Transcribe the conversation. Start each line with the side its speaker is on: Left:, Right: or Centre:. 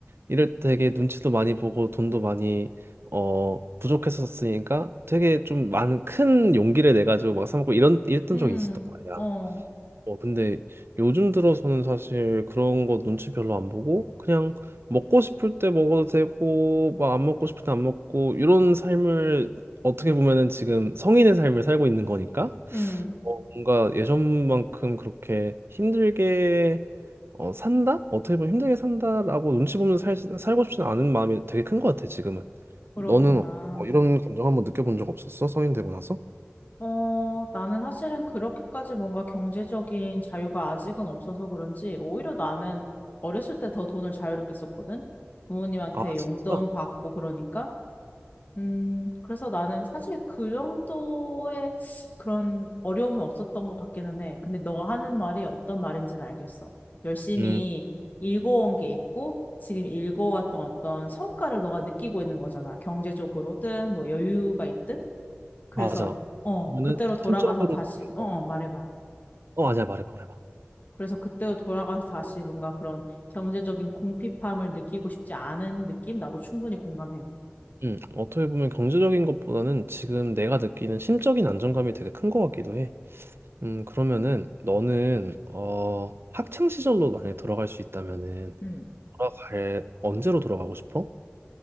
Right: 이럴 때 되게 눈치도 많이 보고 돈도 많이, 어, 부족했었으니까 되게 좀 많은 큰 용기를 내가지고 막 사 먹고 이런, 이랬던
Left: 음,
Right: 적이 있었단 말이야.
Left: 어,
Right: 어, 근데 요즘 들어서는 사실 그런 거 눈치 별로 안 보고 그냥 먹고 싶을 때 먹어도 되고 막 안 먹고 싶을 때 안 먹고 이런 삶을 어떻게 보면은 지금 성인의 삶을 살고 있는 거니까
Left: 음,
Right: 어, 뭔가 예전만큼 그렇게 힘들게 어, 산다? 어떻게 보면 힘들게 산다라고 눈치 보면서 살, 살고 싶지는 않은 마음이 되게 큰 것 같아 지금은
Left: 그렇구나.
Right: 너는 어, 이런 감정 한번 느껴본 적 없었어? 성인 되고 나서?
Left: 어, 나는 사실은 그렇게까지 뭔가 경제적인 자유가 아직은 없어서 그런지 오히려 나는 어렸을 때 더 돈을 자유롭게 썼거든. 부모님한테
Right: 아
Left: 용돈
Right: 진짜?
Left: 받고 그러니까. 음, 그래서 나는 사실 그 정도의 그런 어려움은 없었던 것 같기는 해. 근데 너가 하는 말이 어떤 말인지는 알겠어. 열심히
Right: 음.
Left: 읽어온 게 있고 지금 읽어왔던 어떤 성과를 너가 느끼고 있는 거잖아. 경제적으로든 뭐 여유가 있든. 그래서
Right: 맞아.
Left: 어
Right: 그러면은
Left: 그때로 돌아가서
Right: 심적으로
Left: 다시 어
Right: 어,
Left: 어, 말해봐.
Right: 어 아니야 말해봐 말해봐.
Left: 그래서 그때로 돌아가서 다시 뭔가 그런 경제적인 궁핍함을 느끼고 싶지 않은 느낌 나도 충분히 공감해.
Right: 음 어떻게 보면 경제적인 것보다는 지금 내가 느끼는 심적인 안정감이 되게 큰 것 같기도 해. 음 그러면은 너는 어 학창 시절로 만약에 돌아갈 수 있다면은
Left: 음.
Right: 돌아갈 언제로 돌아가고 싶어?